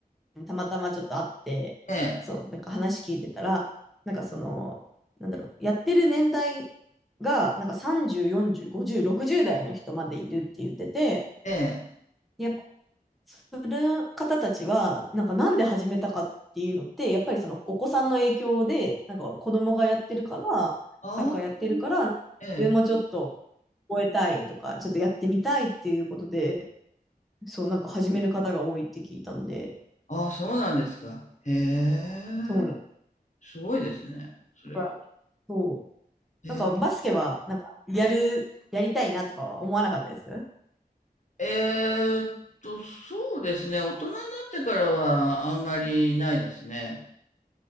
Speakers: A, in the centre; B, on the left.
A: にたまたまちょっと会って、
B: え、ええ、
A: そう、なんか話聞いてたら、なんかその、なんだろう、やってる年代が、なんか30、40、50、60代の人までいるって言ってて、
B: ええ
A: やっする方たちは、なんかなんで始めたかっていうのって、やっぱりそのお子さんの影響で、なんか子供がやってるから、
B: ああ、
A: サッカーやってるから、自
B: ええ、
A: 分もちょっと覚えたいとか、ちょっとやってみたいっていうことで、そう、なんか始める方が多いって聞いたんで、
B: ああ、そうなんですか。へえ、
A: そうなんだ
B: すごいですね、それは。
A: からそう。
B: え
A: なんかバスケは、なんかやる、やりたいなとかは思わなかったです。
B: え、えーっと、そうですね、大人になってからはあんまりないですね。